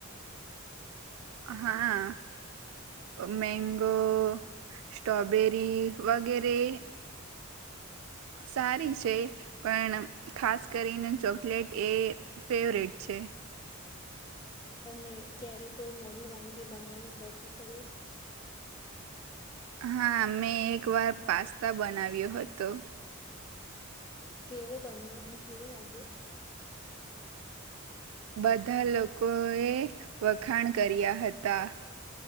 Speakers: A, on the right (about 80°); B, on the left (about 20°).
A: હા મેંગો સ્ટ્રોબેરી વગેરે સારી છે પણ ખાસ કરીને ચોકલેટ એ ફેવરેટ છે.
B: અને ક્યારે કોઈ નવી વાનગી બનાવવાનો પ્રયત્ન કર્યો છે.
A: હા મેં એક વાર પાસ્તા બનાવ્યો હતો
B: કેવો બન્યો અને કેવો લાગ્યો
A: બધા લોકો એ વખાણ કર્યા હતા.